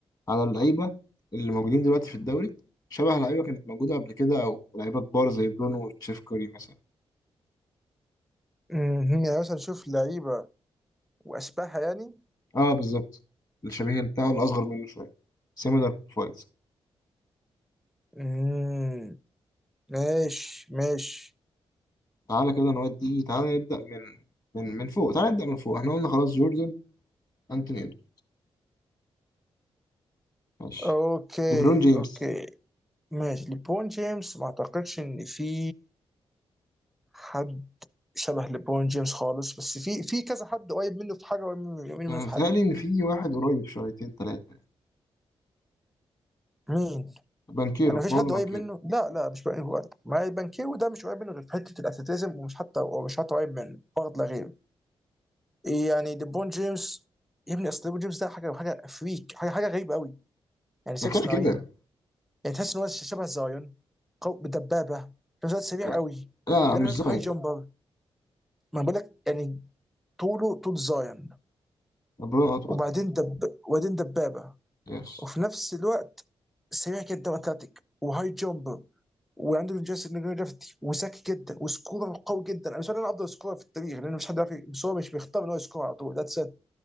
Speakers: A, on the left (about 35°); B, in the centre.
A: على اللعيبة اللي موجودين دلوقتي في الدوري شبه لعيبة كانت موجودة قبل كده أو لعيبة كبار زي برونو وتشيفكوري مثلا
B: <laughs> مهم. يعني مثلا شوف لعيبه واشباهها يعني
A: أه بالظبط الشبيه بتاعه الأصغر منه شوية similar profiles
B: امم ماشي ماشي
A: تعالى كده نودي تعالى نبدأ من من من فوق تعالى نبدأ من فوق احنا قلنا خلاص جوردن أنتوني إدوارد ماشي
B: اوكي
A: ليبرون جيمس
B: اوكي ماشي ليبرون جيمس ما اعتقدش ان في حد شبه ليبرون جيمس خالص بس في في كذا حد قريب منه في حاجه قريب منه منه
A: يعني
B: في
A: بيتهيألي
B: حاجه
A: إن في واحد قريب شويتين تلاتة
B: مين
A: بانكيرو
B: انا مفيش
A: باولو
B: حد
A: بانكيرو
B: قريب منه لا لا مش بقى هو ما بانكيرو ده مش قريب منه غير في حته الاتليتيزم ومش حتى ومش حتى قريب منه فقط لا غير يعني ليبرون جيمس يا ابني اصل ليبرون جيمس ده حاجه حاجه فريك حاجه حاجه غريبه قوي يعني 6
A: ما كده
B: 9
A: كده
B: يعني تحس ان هو شبه زايون قو... دبابه في نفس الوقت سريع
A: لا
B: قوي
A: لا
B: لا
A: مش
B: نفسه
A: ظاهر
B: هاي جامبر
A: لا
B: ما بقول لك يعني طوله طول زايون
A: ليبرون أطول
B: وبعدين دب وبعدين دبابه
A: يس
B: وفي نفس الوقت سريع جدا واتلتيك وهاي جامبر وعنده جاستن جرافيتي وذكي جدا وسكورر قوي جدا انا بالنسبه لي انا افضل سكورر في التاريخ لان مش حد عارف بس هو مش بيختار ان هو يسكور على طول ذاتس ات